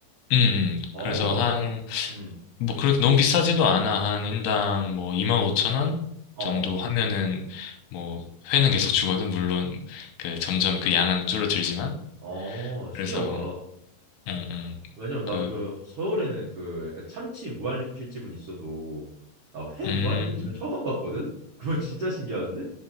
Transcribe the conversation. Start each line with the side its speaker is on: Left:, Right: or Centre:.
Left: 음, 음.
Right: 어,
Left: 그래서 한,
Right: 역- 음,
Left: 뭐, 그렇게 너무 비싸지도 않아. 한 인당 뭐, 25,000원
Right: 어,
Left: 정도 하면은, 뭐, 회는 계속 주거든. 물론, 그, 점점 그 양은 줄어들지만.
Right: 어, 신기하다.
Left: 그래서, 응 응
Right: 왜냐면 나는
Left: 그,
Right: 그 서울에는 그 약간 참치 무한리필집은 있어도 나 회
Left: 음.
Right: 무한리필집은 처음 봤거든? <laughs> 그거 진짜 신기한데?